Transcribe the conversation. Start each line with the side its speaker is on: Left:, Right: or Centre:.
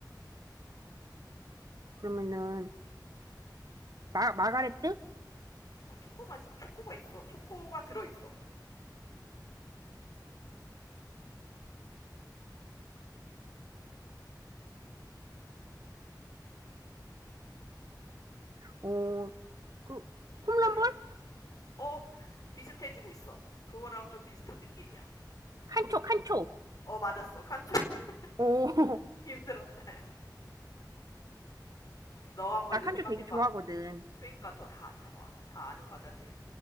Right: 그러면은 마 마가레트?
Left: 아, 초코 맛, 초코가 있어. 초코가 들어 있어.
Right: 어, 그 홈런볼?
Left: 힌트를. 어, 비슷해지고 있어. 그거랑 좀 비슷한 느낌이야.
Right: 칸초,
Left: 그,
Right: 칸초.
Left: 어 맞았어. 칸초 <laughs>
Right: 어, <laughs>
Left: 힘들었다야. 너 한번
Right: 나
Left: 이제
Right: 칸초
Left: 생각해봐.
Right: 되게 좋아하거든.
Left: 그러니까 더 다 잡아. 다 아는 과자지.